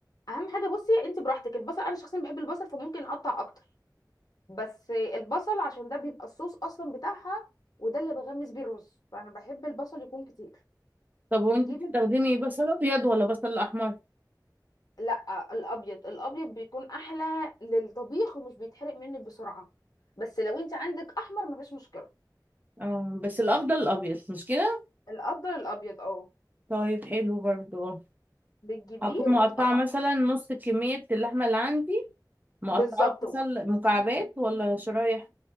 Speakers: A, on the left; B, on the right.
A: اهم حاجه بصي انت براحتك البصل انا شخصيا بحب البصل فممكن اقطع اكتر بس البصل عشان ده بيبقى الصوص اصلا بتاعها وده اللي بغمس بيه الرز فانا بحب البصل يكون كتير
B: طب وانت
A: بتجيب
B: بتستخدمي
A: ال-
B: بصل ابيض ولا بصل احمر
A: لا الابيض الابيض بيكون احلى للطبيخ ومش بيتحرق منك بسرعه بس لو انت عندك احمر مفيش مشكله
B: اه بس الافضل الابيض مش كده
A: الافضل الابيض اه
B: طيب حلو برضو اه
A: بتجيبيه
B: هكون مقطعة
A: وتقط
B: مثلا نص كمية اللحمة اللي عندي مقطعة
A: بالظبط
B: بصل مكعبات ولا شرايح